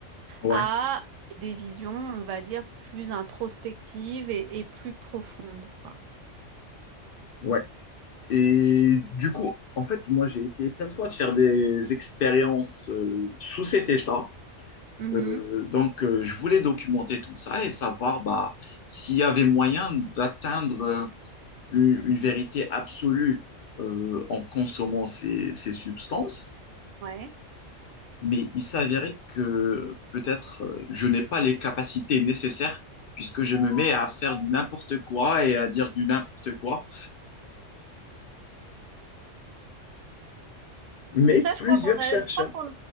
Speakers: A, on the left; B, on the right.
A: Ouais,
B: à des visions, on va dire, plus introspectives et, et plus profondes, quoi.
A: ouais. Et du coup, en fait, moi, j'ai essayé plein de fois de faire des expériences euh, sous cet état.
B: Mhm.
A: Euh, donc, euh, je voulais documenter tout ça et savoir bah, s'il y avait moyen d'atteindre euh, une, une vérité absolue euh, en consommant ces, ces substances,
B: Ouais.
A: mais il s'avérait que peut-être euh, je n'ai pas les capacités nécessaires puisque je me mets à faire du n'importe quoi et à dire du n'importe quoi. Mais
B: Mais ça,
A: plusieurs
B: je crois qu'on
A: chercheurs.
B: a, je crois qu'on,